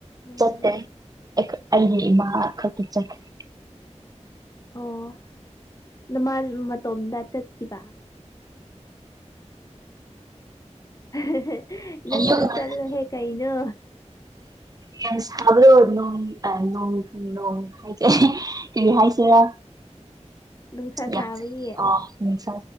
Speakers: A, on the left; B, on the right.
A: ꯎꯝ
B: ꯆꯠꯇꯦ ꯑꯩꯈ ꯑꯩꯒꯤ ꯏꯃꯥ ꯈꯛꯇ ꯆꯠꯈ꯭ꯔꯦ
A: ꯑꯣ ꯅꯃꯥ ꯃꯇꯣꯝꯗ ꯆꯠꯈꯤꯕ ꯍꯥ ꯍꯥ ꯅꯪꯁꯨ
B: ꯑꯌꯨꯛ ꯉꯟꯅ
A: ꯆꯠꯂꯨꯍꯦ ꯀꯩꯅꯣ
B: ꯌꯥꯝ ꯁꯥꯕ꯭ꯔꯣ ꯅꯣꯡ ꯇꯥ <unintelligible> ꯅꯣꯡ ꯍꯥꯏ <unintelligible> ꯀꯔꯤ ꯍꯥꯏꯁꯤꯔꯥ
A: ꯅꯨꯡꯁꯥ
B: ꯌꯥꯝ
A: ꯁꯥꯕꯒꯤ
B: ꯑꯥ ꯅꯨꯡꯁꯥ